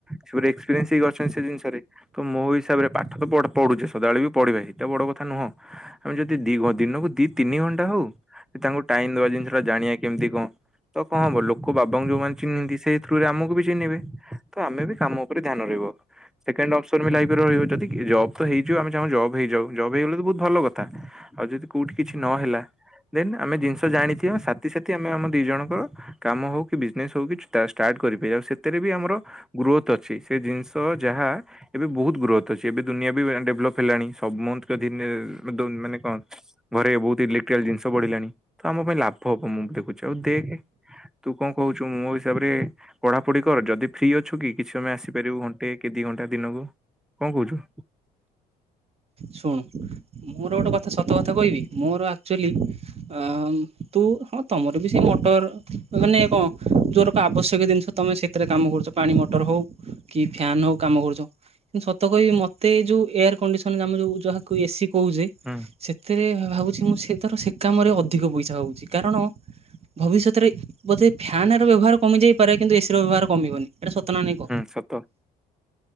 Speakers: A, in the centre; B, on the right.
A: ସେ ଏକ୍ସପିରିଏନ୍ସ ହେଇକି ଅଛନ୍ତି ସେ ଜିନିଷରେ। ତ ମୋ ହିସାବରେ ପାଠ ତ ପଢ଼, ପଢୁଛେ ସଦାବେଳେ ବି ପଢିବା ସେଇଟା ବଡ କଥା ନୁହଁ। ଆମେ ଯଦି ଦି ଦିନକୁ ଦି ତିନି ଘଣ୍ଟା ହଉ ତାଙ୍କୁ ଟାଇମ ଦବା ଜିନିଷ ଟା ଜାଣିବା କେମିତି କଣ ତ କଣ ହବ ଲୋକ ବାବାଙ୍କୁ ଯୋଉମାନେ ଚିହ୍ନିନ୍ତି ସେଇ ଥିରୁ ଆମକୁ ବି ଚିହ୍ନିବେ ତ ଆମେ ବି କାମ ଉପରେ ଧ୍ୟାନ ରହିବ। ସେକେଣ୍ଡ ଅପ୍ସନ ବି ଲାଇଫ୍ ରେ ରହିବ ଯଦି କି ଜବ୍ ତ ହେଇଯିବ ଆମେ ଚାହୁଁ ଜବ୍ ହେଇଯାଉ ଜବ୍ ହେଇଗଲେ ତ ବହୁତ ଭଲ କଥା। ଆଉ ଯଦି କୋଉଠି କିଛି ନହେଲା ଦେନ୍ ଆମେ ଜିନିଷ ଜାଣି ଥିବା ସାଥିସଥିୀ ଆମେ ଆମ ଦି ଜଣଙ୍କର କାମ ହୋଉ କି ନାଇଁ ସବୁ କିଛି ଷ୍ଟାର୍ଟ କରିପାର ଆଉ ସେଥିରେ ବି ଆମର ଗ୍ରୋଥ୍ ଅଛି ସେ ଜିନିଷ ଯାହା ଏବେ ବହୁତ ଗ୍ରୋଥ୍ ଅଛି ଏବେ ଦୁନିଆ ବି ଡେଭଲପ୍ ହେଲାଣି ସମୁତେ ଦିନେ ମାନେ କଣ ଘରେ ବହୁତ ଇଲେକ୍ଟ୍ରିକାଲ୍ ଜିନିଷ ବଢ଼ିଲାଣି ତ ଆମ ପାଇଁ ଲାଭ ହବ ମୁଁ ଦେଖୁଛି, ଆଉ ଦେଖ୍ ତୁ କଣ କହୁଛୁ, ମୋ ହିସାବରେ ପଢାପଢି କର ଯଦି ଫ୍ରି ଅଛୁ କି, କିଛି ସମୟ ଆସିପାରିବୁ ଘଣ୍ଟେ କି, ଦି ଘଣ୍ଟା ଦିନକୁ କଣ କହୁଛୁ?
B: ଶୁଣୁ ମୋର ଗୋଟେ କଥା ସତ କଥା କହିବି ମୋର ଆକ୍ଚୁଲି ଆଁ ଉଁ ତୁ ହଁ ତମର ବି ସେଇ ମଟର ଯୋଉ ମାନେ କଣ ଯୋଉଗୁରାକ ଆବଶ୍ୟକୀୟ ଜିନିଷ ତମେ ସେଥିରେ କାମ କରୁଛ ପାଣି ମଟର ହଉ। କି ଫ୍ୟାନ ହଉ କାମ କରୁଚ ମୁଁ ସତ କହିବି ମତେ ଏଇ ଯୋଉ ଏୟାର କଣ୍ଡିସନ କାମ ଯୋଉ ଯାହା ଏ ସି କହୁଚି
A: ହୁଁ
B: ସେଥିରେ ଭାବୁଛି ମୁଁ ସେ ତାର ସେ କାମରେ ଅଧିକ ପଇସା ହୋଉଚି, କାରଣ ଭବିଷ୍ୟତରେ ବୋଧେ ଫ୍ୟାନ ର ବ୍ୟବହାର କମି ଯାଇପାରେ କିନ୍ତୁ ଏସି ର ବ୍ୟବହାର କମିବନି। ଏଟା ସତନା ନାହିଁ, କ
A: ହୁଁ ସତ।